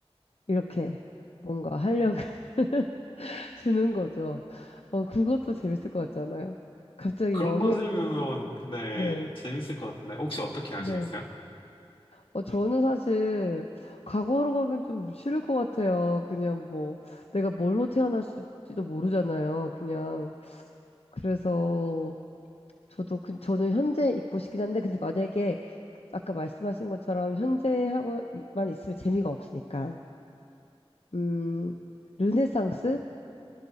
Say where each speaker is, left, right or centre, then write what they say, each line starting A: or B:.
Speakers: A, on the left; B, on the left.
A: 이렇게 뭔가 활력을 <laughs> 주는 거죠. 어, 그것도 재밌을 것 같잖아요. 갑자기
B: 그런
A: 영해지는
B: 컨셉이면,
A: 거.
B: 네,
A: 네.
B: 재밌을 것 같은데. 혹시 어떻게 하시겠어요?
A: 네. 어, 저는 사실 과거로 가긴 좀 싫을 것 같아요. 그냥 뭐 내가 뭘로 태어났을지도 모르잖아요. 그냥 그래서 저도 그, 저는 현재 있고 싶긴 한데 근데 만약에 아까 말씀하신 것처럼 현재하고만 있으면 재미가 없으니까 음 르네상스